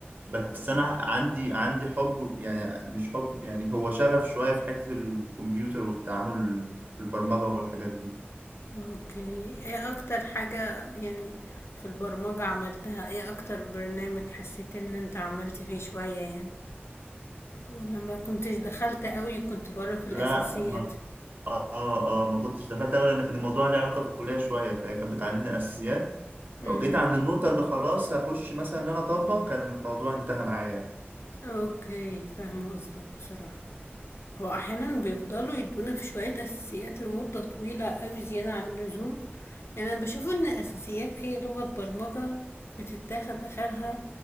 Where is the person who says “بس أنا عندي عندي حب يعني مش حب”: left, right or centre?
Right